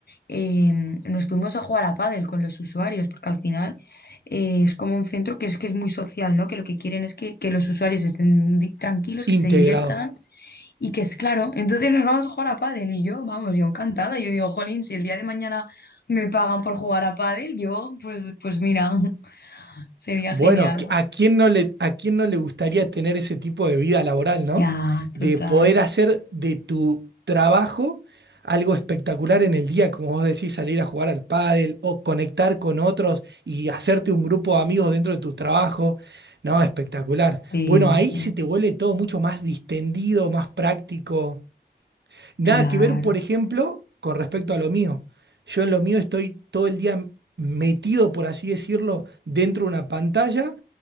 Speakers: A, on the left; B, on the right.
A: eh, nos fuimos a jugar a pádel con los usuarios, porque al final eh, es como un centro que es que es muy social, ¿no? Que lo que quieren es que, que los usuarios estén di- tranquilos,
B: Integrados.
A: que se diviertan y que es claro. Entonces nos vamos a jugar a pádel y yo, vamos, yo encantada. Yo digo, jolín, si el día de mañana me pagan por jugar a pádel, yo, pues, pues mira, <laughs> sería
B: Bueno,
A: genial.
B: ¿qui- ¿a quién no le, a quién no le gustaría tener ese tipo de vida laboral, ¿no?
A: Ya, total.
B: De poder hacer de tu trabajo algo espectacular en el día, como vos decís, salir a jugar al pádel o conectar con otros y hacerte un grupo de amigos dentro de tu trabajo. No, espectacular.
A: Sí,
B: Bueno, ahí
A: sí,
B: se te vuelve todo mucho más distendido, más práctico. Nada
A: claro.
B: que ver, por ejemplo, con respecto a lo mío. Yo en lo mío estoy todo el día metido, por así decirlo, dentro de una pantalla,